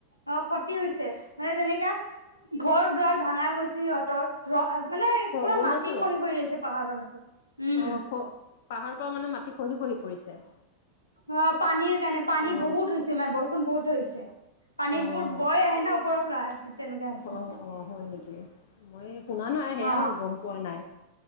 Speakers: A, on the left (about 85°); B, on the left (about 55°).
A: অ, খতি হৈছে মানে যেনেকে। ঘৰ দুৱাৰ ভাঙা গৈছে সিহঁতৰ ৰ মানে পুৰা
B: অৰুণাচলত
A: মাটি খহি খহি আহিছে। পাহাৰৰ মাটি। উম
B: অ', খ পাহাৰ পৰা মানে মাটি খহি খহি পৰিছে?
A: অ', পানীৰ কাৰণে পানী
B: অ
A: বহুত হৈছে মানে বৰষুণ বহুত হৈছে। পানীবোৰ
B: অ
A: বৈ আহে না ওপৰৰ পৰা তেনেকা হৈছে।
B: অ', অ', হয় নেকি? মই শুনা নাই সেয়া
A: অ
B: গম পোৱা নাই।